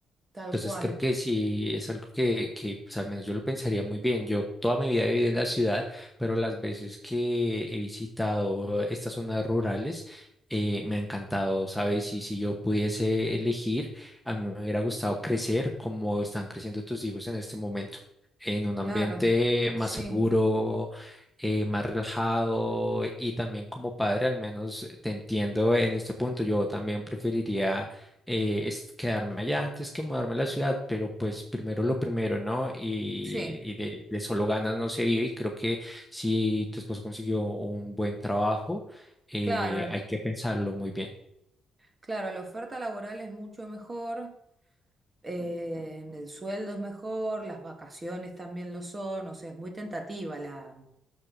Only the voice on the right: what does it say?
tal
cual,
claro,
sí,
sí,
claro,
claro, la oferta laboral es mucho mejor, eh, el sueldo es mejor, las vacaciones también lo son, o sea, es muy tentativa la,